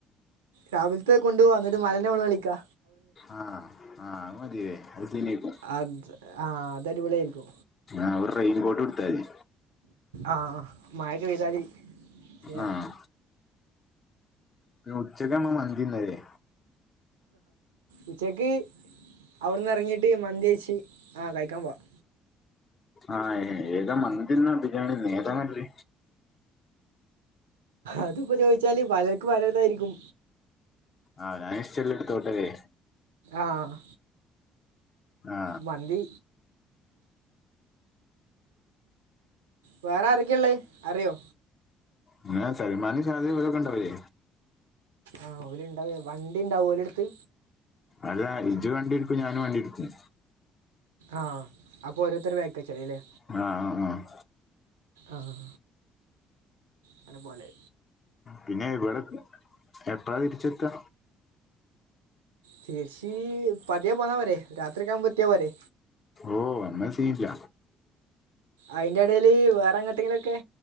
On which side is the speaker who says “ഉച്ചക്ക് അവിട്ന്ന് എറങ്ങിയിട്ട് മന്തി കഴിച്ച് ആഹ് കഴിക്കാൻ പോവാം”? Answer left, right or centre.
Right